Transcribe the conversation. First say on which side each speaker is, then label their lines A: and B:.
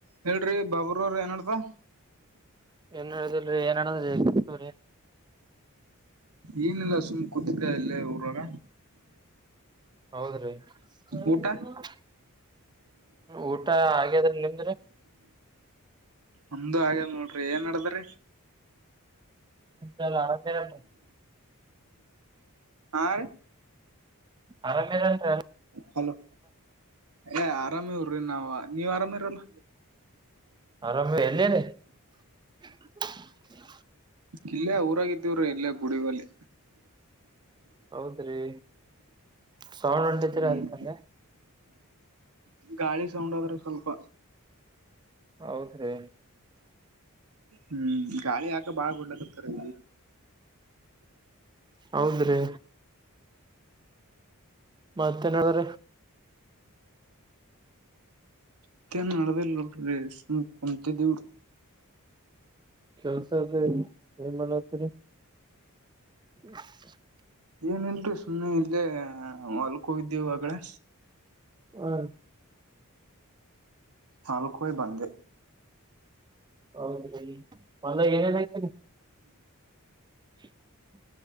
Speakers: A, on the right; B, on the right.
A: ಹೇಳ್ರಿ ಬಾಬರ್ರ ಏನಡ್ತ.
B: ಏನ್ ಹೇಳುದಲ್ರಿ ಏನ್ದ್ರಿ ಗತರಿ.
A: ಏನಲ್ಲ ಸುಮ್ ಕೂತಿದ್ದ ಎಲ್ಲೇ ಊರಾಗ.
B: ಹೌದ್ರೀ. <unintelligible>
A: ಊಟ
B: ಊಟ ಹಾಗದ್ರ್ ದ ನಿಮ್ದ್ರಿ.
A: ಒಂದು ಆಗಲ್ ನೋಡ್ರಿ ಏನ್ ನಡದ್ರಿ.
B: ಚಲ ಅರಪ್ಪ.
A: ಆ.
B: ಆರಾಮಿರಲ್ರಿ
A: ಹಲೋ ಏ ಆರಾಮ ಹರ್ರಿ ನಾವವು. ನೀವ್ ಆರಾಮ ಇರಲ್ಲ.
B: ಆರಾಮ <unintelligible>
A: ಇಲ್ಲೇ ಊರಾಗಿದ್ದೀವ್ರೀ ಇಲ್ಲೇ ಗುಡಿಗಲ್ಲಿ.
B: ಹೌದ್ರಿ ಸೌಣ ಉಂಟಿದರ
A: ಹ್ಮ್
B: ಅದಕಲ್ಲೆ.
A: ಗಾಳಿ ಸೌಂಡ್ ಆದ್ರೆ ಸ್ವಲ್ಪ.
B: ಹೌದ್ರೀ.
A: ಹ್ಮ್ ಗಾಳಿ ಹಾಕ ಬಾಳ ಗುಡ್ಲಕತಾರಲ್ಲಿ.
B: ಹೌದ್ರಿ. ಮತ್ತೇನ್ರ.
A: ಮತ್ತೇನ್ ಮಾಡಲ್ಲ ರೀ ಕುಂತಿದೀನಿ.
B: ಕೆಲ್ಸ ಅದ ಏನ್ ಮಾಡತರಿ. ಹ <unintelligible>
A: ಏನ್ ಇಲ್ರಿರಿ ಸುಮ್ಮ್ನೆ ಇಲ್ದೆೇ ಹೊಲ್ಕ ಹೋಗಿದ್ದವಾಗಡೆ.
B: ಹ್ಮ.
A: ನಾಲ್ಕಯ ಬಂದೆ.
B: ಹೌದ ಮಂದಾಗ ಏನೇನರಿ. <inaudible> <unintelligible>